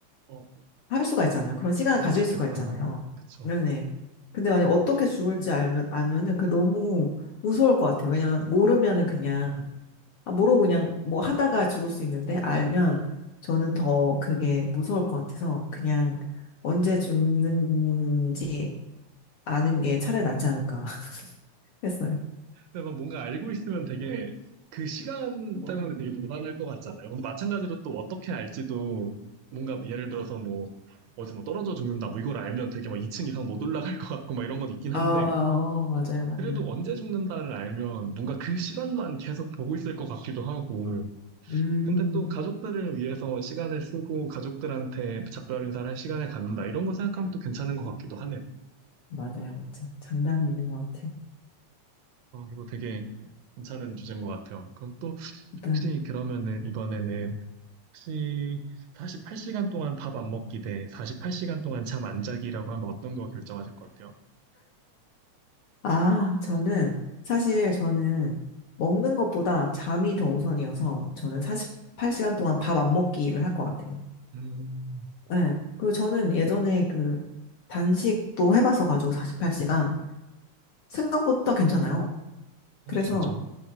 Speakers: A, on the right; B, on the left.
A: 어,
B: 할 수가 있잖아요. 그런 시간을
A: 그럴
B: 가질
A: 수 있겠다.
B: 수가 있잖아요.
A: 그쵸.
B: 네네. 근데 만약에 어떻게 죽을지 알면, 알면은 그 너무 무서울 것 같아요. 왜냐면 모르면은 그냥, 아, 모르고 그냥 뭐 하다가 죽을 수 있는데 알면 저는 더 그게 무서울 것 같아서 그냥 언제 죽는지 아는 게 차라리 낫지 않을까. 했어요.
A: 근데 막 뭔가 알고 있으면 되게 그 시간 때문에 되게 불안할 것 같잖아요. 근데 마찬가지로 또 어떻게 알지도 뭔가 예를 들어서 뭐 어디서 뭐 떨어져 죽는다 뭐 이걸 알면 되게 막 2층 이상 못 올라갈 것 같고 막 이런 건 있긴 한데
B: 아, 어, 맞아요, 맞아요.
A: 그래도 언제 죽는다를 알면 뭔가 그 시간만 계속 보고 있을 것 같기도 하고
B: 음,
A: 근데 또 가족들을 위해서 시간을 쓰고 가족들한테 작별 인사를 할 시간을 갖는다 이런 거 생각하면 또 괜찮은 것 같기도 하네요.
B: 맞아요, 맞아요. 장단이 있는 것 같아요.
A: 어, 이거 되게 괜찮은 주제인 것 같아요. 그럼 또,
B: 일단,
A: 혹시 그러면은 이번에는 혹시 48시간 동안 밥 안 먹기 대 48시간 동안 잠 안 자기라고 하면 어떤 거 결정하실 것 같아요?
B: 아, 저는, 사실 저는 먹는 것보다 잠이 더 우선이어서 저는 48시간 동안 밥 안 먹기를 할 것 같아요.
A: 음,
B: 네. 그리고 저는 예전에 그 단식도 해봐서 가지고 48시간 생각보다 괜찮아요.
A: 어,
B: 그래서,
A: 진짜.